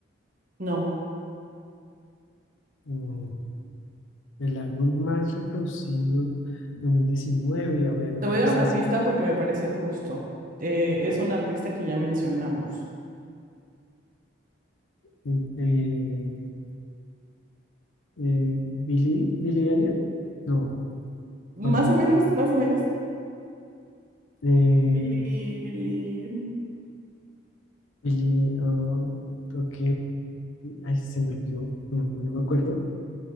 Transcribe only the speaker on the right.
No.
<laughs>
Te
voy a dar
una
pista porque me parece justo. Eh, es un artista que ya mencionamos.
Más
o
menos, más o menos.
Billie, Billie.